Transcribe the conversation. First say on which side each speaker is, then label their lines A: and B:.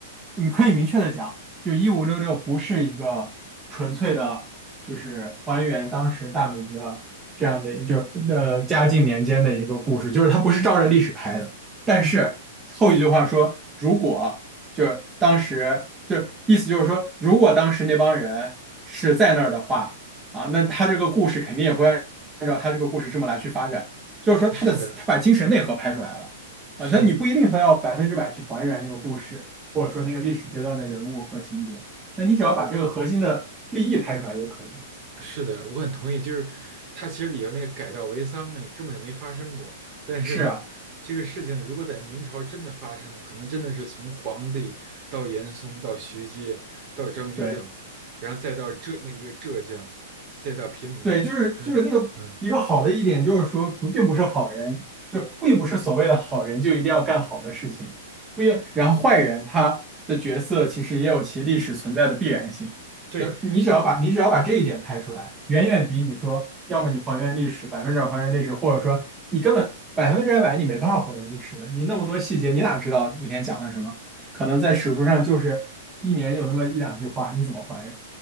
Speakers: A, on the right (about 20°); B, on the right (about 45°).
A: 你可以明确的讲，就一五六六不是一个纯粹的，就是还原当时大明的这样的，就是呃嘉靖年间的一个故事，就是它不是照着历史拍的。但是后一句话说，如果就是当时，就意思就是说，如果当时那帮人是在那儿的话，啊，那他这个故事肯定也会按照他这个故事这么来去发展。就是说他的他把精神内核拍出来了啊，
B: 是的，是的，
A: 那你不一定非要百分之百去还原那个故事，或者说那个历史阶段的人物和情节，那你只要把这个核心的利益拍出来就可以。
B: 我我是的，我很同意。就是他其实里头那个改道为桑那个根本就没发生过，但是呢，
A: 是啊，
B: 这个事情如果在明朝真的发生了，可能真的是从皇帝到严嵩到徐阶到张居正，
A: 对。
B: 然后再到浙那个浙江，再到平民，
A: 对，就是就是那个一个好的一点，
B: 可能嗯，
A: 就是说不并不是好人，就并不是所谓的好人就一定要干好的事情，不一然后坏人他的角色其实也有其历史存在的必然性，
B: 对，
A: 就是你只要把你只要把这一点拍出来，远远比你说要么你还原历史百分之百还原历史，或者说你根本百分之百你没办法还原历史的，你那么多细节你哪知道那天讲了什么？可能在史书上就是一年有那么一两句话，你怎么还原？